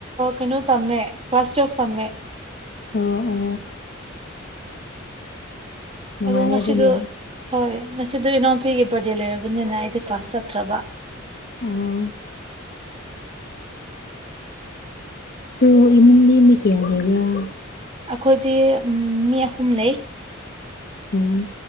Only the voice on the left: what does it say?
ꯑꯣ ꯑꯣ ꯅꯨꯡꯉꯥꯏꯔꯦ
ꯑꯗꯨꯗꯤ
ꯑꯣ ꯇꯣ ꯏꯃꯨꯡꯒꯤ ꯃꯤ ꯀꯌꯥ ꯂꯩꯕꯔꯥ
ꯎꯝ